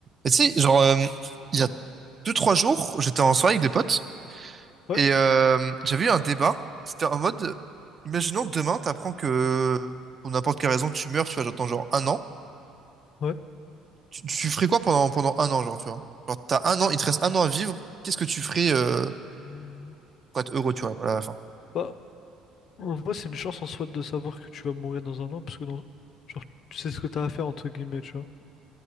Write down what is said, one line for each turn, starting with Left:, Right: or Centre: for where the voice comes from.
Right: Et tu sais, genre, euh, il y a deux, trois jours, j'étais en soirée avec des potes
Left: Ouais,
Right: et euh, j'avais eu un débat. C'était en mode, imaginons demain, t'apprends que pour n'importe quelle raison, tu meurs, tu vois, genre, dans genre un an.
Left: ouais.
Right: Tu, tu ferais quoi pendant, pendant un an, genre, tu vois? Genre, t'as un an, il te reste un an à vivre. Qu'est-ce que tu ferais euh,
Left: Hmm.
Right: pour être heureux, tu vois, à la fin?
Left: Bah, en vrai, c'est une chance en soi de savoir que tu vas mourir dans un an, parce que dans... genre, tu sais ce que t'as à faire, entre guillemets, tu vois.